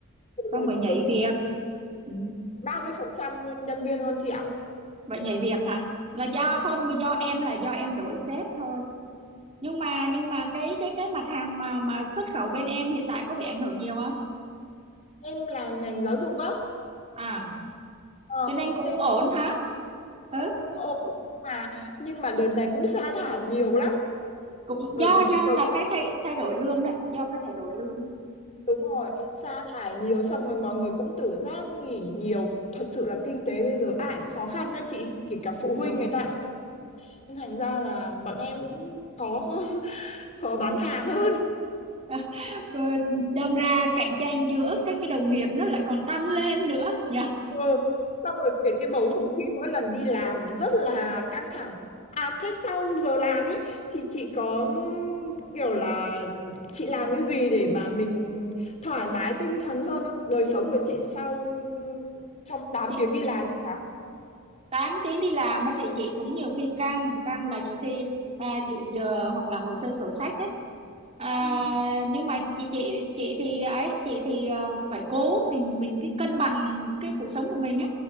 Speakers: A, on the left; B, on the right.
A: Vừa
B: xong
A: Rồi
B: rồi nhảy
A: công ty
B: việc ừ.
A: 30% luôn nhân viên luôn chị ạ.
B: vậy nhảy việc hả là do không do em là do em đổi sếp thôi nhưng mà nhưng mà cái cái cái mặt hàng mà mà xuất khẩu bên em hiện tại có bị ảnh hưởng nhiều không
A: Em làm ngành giáo dục á.
B: à
A: Ờ,
B: cho nên cũng
A: cho nên
B: ổn
A: là
B: hả ừ
A: cũng ổn nhưng mà nhưng mà đợt này cũng sa thải nhiều lắm,
B: cũng do
A: bởi vì bây
B: do
A: giờ
B: là cái thay thay đổi lương đấy do cái thay đổi lương đó.
A: đúng rồi, sa thải nhiều xong rồi mọi người cũng tự giác nghỉ nhiều, thật sự là kinh tế bây giờ ai cũng khó khăn đó chị, kể cả phụ huynh
B: đúng
A: người ta cũng khó. khăn. nên thành ra là bọn em cũng khó <laughs> khó bán hàng hơn.
B: <laughs> Cô- đâm ra cạnh tranh giữa các cái đồng nghiệp nó lại còn tăng lên nữa nha
A: Ừ. Xong rồi cái cái bầu không khí mỗi lần đi làm nó rất là căng thẳng. À thế sau giờ làm ấy thì chị có ừm, kiểu là chị làm cái gì để mà mình thoải mái tinh thần hơn không? Đời sống của chị sau ừm, trong tám
B: chị
A: tiếng đi làm hả?
B: 8 tiếng đi làm á thì chị cũng nhiều khi căng căng là nhiều khi à, dự giờ hoặc là hồ sơ sổ sách ấy à,
A: Ừ.
B: nhưng mà chị chị chị thì ấy chị thì à, phải cố mình mình cái cân bằng cái cuộc sống của mình á